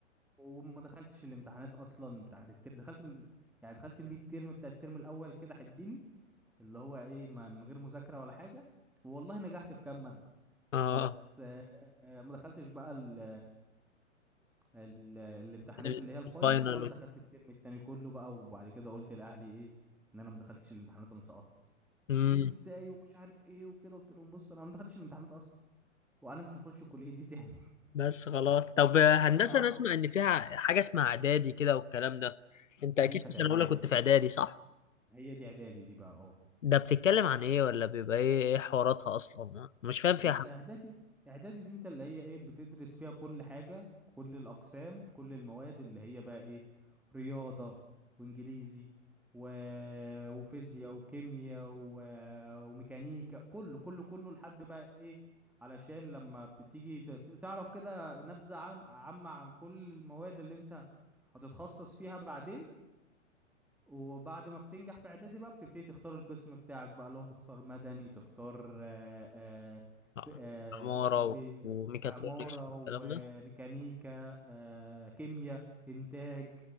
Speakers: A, in the centre; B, on the left.
A: وما دخلتش الامتحانات اصلا بتاعت الترم دخلت يعني دخلت الميد ترم بتاع الترم الاول كده حبيني اللي هو ايه ما من غير مذاكرة ولا حاجة والله نجحت في كام مادة
B: اه
A: بس آه، آه، ما دخلتش بقى ال ال الامتحانات
B: ال-
A: اللي هي الفاينل
B: الفاينل
A: ولا دخلت الترم التاني كله بقى وبعد كده قلت لاهلي ايه ان انا ما دخلتش الامتحانات انا سقطت
B: امم
A: قالوا لي ازاي ومش عارف ايه وكده قلت لهم بص انا ما دخلتش الامتحانات اصلا وانا مش هخش الكلية دي تاني
B: بس خلاص طب هندسة
A: <laughs> انا
B: انا اسمع
A: هحاول
B: ان فيها حاجة اسمها اعدادي كده والكلام ده انت
A: ما
B: اكيد
A: هي كانت
B: في سنة
A: اعدادي
B: اولى كنت
A: دي
B: في
A: بقى
B: اعدادي صح
A: ما هي دي اعدادي دي بقى اه
B: ده بتتكلم عن ايه ولا بيبقى ايه ايه حواراتها اصلا مش فاهم فيها
A: يعني
B: حاجه
A: اعدادي اعدادي دي انت اللي هي ايه بتدرس فيها كل حاجة كل الاقسام كل المواد اللي هي بقى ايه رياضة وانجليزي و... وفيزياء وكيمياء و... وميكانيكا كله كله كله لحد بقى ايه علشان لما بتيجي ت- ت- تعرف كده نبذة عن عامة عن كل المواد اللي انت هتتخصص فيها بعدين وبعد ما بتنجح في اعدادي بقى بتبتدي تختار القسم بتاعك بقى اللي هو تختار مدني تختار آه، آه،
B: آه،
A: في آه،
B: عماره
A: اسمه
B: و-
A: ايه
B: وميكاترونكس
A: عمارة
B: والكلام
A: وميكانيكا
B: ده
A: آه، كيمياء انتاج